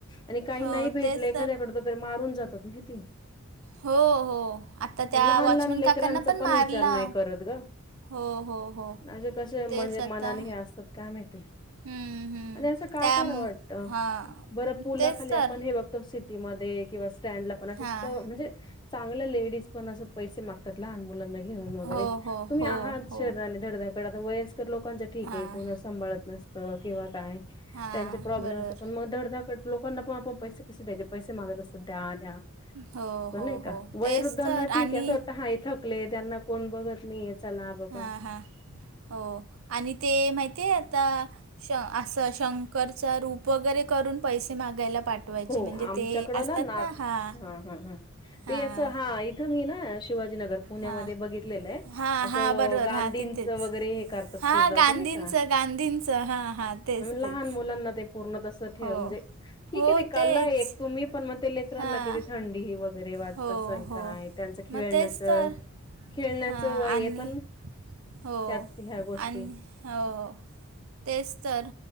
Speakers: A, on the left; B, on the right.
A: आणि काही
B: हो
A: नाही भेटलं
B: तेच
A: एखाद्याकड तर मारून जातात माहितीये.
B: हो हो आता त्या
A: लहान
B: वॉचमॅन
A: लहान लेकरांचा
B: काकांना पण मारला.
A: विचार नाही करत ग.
B: हो हो हो.
A: असे कसे म्हणजे
B: तेच आता.
A: मनाने हे असतात काय माहिती.
B: हं, हं.
A: आणि असं का
B: त्या
A: करा वाटतं
B: हां.
A: बरं पुलाखाली
B: तेच तर.
A: आपण हे बघतो सी सिटी मध्ये किंवा स्टँडला पण अस
B: हां.
A: त म्हणजे चांगल्या लेडीज पण असं पैसे मागतात लहान मुलांना घेऊन. घेऊन वगैरे
B: हो, हो,
A: तुम्ही
B: हो,
A: आहात
B: हो.
A: शरीराने धडधाकडट तर आता वयस्कर लोकांचं ठीक
B: हां,
A: आहे कोण सांभाळत नसतं किंवा काय.
B: हां.
A: त्यांचे प्रॉब्लेम
B: बरोबर.
A: असतात पण धडधाकडं लोकांना पण आप पैसे कसे द्यायचे पैसे मागत असतात द्या द्या.
B: हो, हो,
A: नाही
B: हो.
A: का
B: तेच
A: वैरुद्धांना
B: तर
A: ठीक
B: आणि
A: आहे असं वाटतं हा थकलेत त्यांना कोण बघत नाहीय चला बघ
B: हा हा हो आणि ते माहितीय आता श असं शंकरचा रूप वगैरे करून पैसे मागायला पाठवायचे
A: हो
B: म्हणजे
A: आमच्याकडं
B: ते असतात
A: ना नाथ
B: हां.
A: हा हा हा.
B: हां
A: ते असं हा इथं मी ना शिवाजीनगर पुण्यामध्ये
B: हां
A: बघितलेलं आहे
B: हां
A: असं
B: हां बरोबर
A: गांधींचं
B: हां तिथेच
A: वगैरे हे करतात
B: हां
A: पूर्ण
B: गांधींचं
A: असं नाही का.
B: गांधींचं हां हां तेच
A: लहान
B: तेच
A: मुलांना ते पूर्ण तस ठेव
B: हो
A: म्हणजे ठीक
B: हो
A: आहे ते कला
B: तेच
A: एक पण मग लेकरां
B: हां
A: ना किती थंडीही वगैरे.
B: हो
A: असल
B: हो
A: काय त्यांचं खेळण्याचं
B: मग तेच तर
A: खेळण्याचं
B: हां
A: वय
B: आणि
A: हे पण
B: हो
A: त्यात ह्या गोष्टी
B: आणि हो. तेच तर